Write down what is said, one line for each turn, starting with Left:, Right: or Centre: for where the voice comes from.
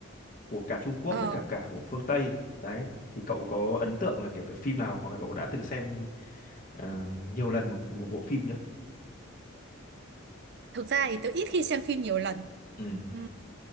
Left: của cả Trung Quốc
Right: Ờ,
Left: lẫn cả cả của phương Tây đấy thì cậu có ấn tượng là kiểu cái phim nào hoặc là cậu đã từng xem ờ, nhiều lần một một bộ phim chưa
Right: thực ra thì tớ ít khi xem phim nhiều lần.
Left: ừ
Right: Ừ.